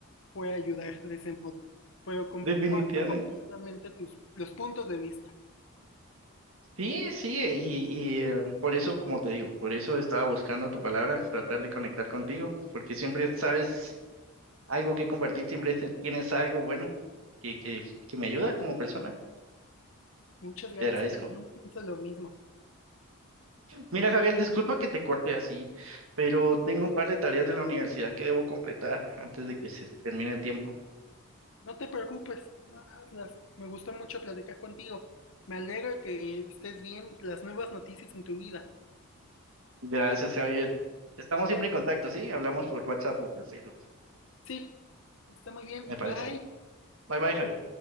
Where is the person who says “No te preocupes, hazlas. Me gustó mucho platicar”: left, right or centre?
Left